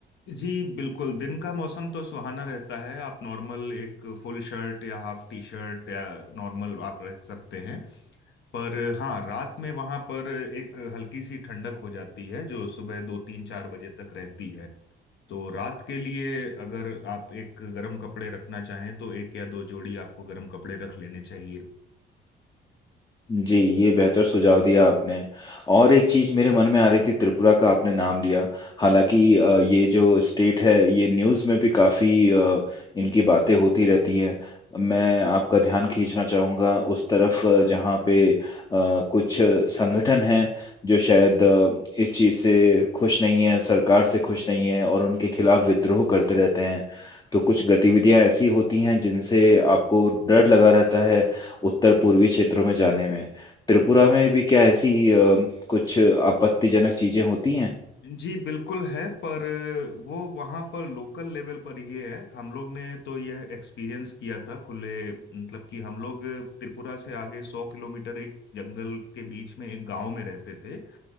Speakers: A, on the left; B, on the left.
A: जी बिल्कुल दिन का मौसम तो सुहाना रहता है आप नॉर्मल एक फुल शर्ट या हाफ टी शर्ट या नॉर्मल आप रख सकते हैं पर हाँ रात में वहां पर एक हल्की सी ठंडक हो जाती है जो सुबह दो तीन चार बजे तक रहती है तो रात के लिए अगर आप एक गर्म कपड़े रखना चाहें तो एक या दो जोड़ी आपको गर्म कपड़े रख लेने चाहिए
B: जी ये बेहतर सुझाव दिया आपने और एक चीज मेरे मन में आ रही थी त्रिपुरा का आपने नाम लिया हालांकि अ, ये जो स्टेट है ये न्यूज़ में भी काफी अ, इनकी बातें होती रहती हैं मैं आपका ध्यान खींचना चाहूंगा उस तरफ अ, जहाँ पे अ, कुछ संगठन हैं जो शायद अ, इस चीज से खुश नहीं है सरकार से खुश नहीं है और उनके खिलाफ विद्रोह करते रहते हैं तो कुछ गतिविधियां ऐसी होती हैं जिनसे आपको डर लगा रहता है उत्तर पूर्वी क्षेत्रों में जाने में त्रिपुरा में भी क्या ऐसी अ, कुछ आपत्तिजनक चीजें होती हैं
A: जी बिल्कुल है पर वो वहाँ पर लोकल लेवल पर ही है हम लोग ने तो यह एक्सपीरियंस किया था खुले मतलब कि हम लोग त्रिपुरा से आगे सौ किलोमीटर एक जंगल के बीच में एक गांव में रहते थे